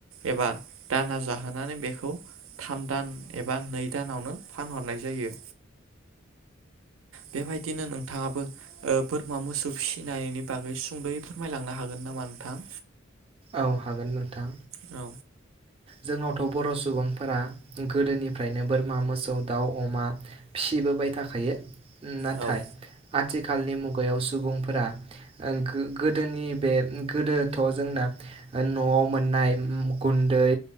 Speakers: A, on the right; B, on the right.
A: एबा दाना जाहोनानै बेखौ थाम दान एबा नै दानावनो फानहरनाय जायो। बेबायदिनो नों थाङाबो ओ बोरमा मोसौ फिसिनायनि बागै सुंद'यै फोरमायलांनो हागोन नामा नोंथां?
B: औ हागोन नोंथां
A: औ
B: जोंनावथ' बर' सुबुंफोरा गोदोनिफ्रायनो बोरमा मोसौ दाउ अमा फिसिबोबाय थाखायो नाथाय
A: औ
B: आथिखाल खालनि मुगायाव सुबुंफोरा ओ गो-गोदोनि बे गोदोथ' जोंना न'आव मोननाय गुन्दै।